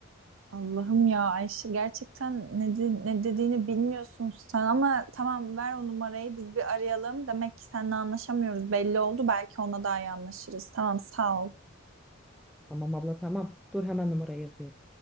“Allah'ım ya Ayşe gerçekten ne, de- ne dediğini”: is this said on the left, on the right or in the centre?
Right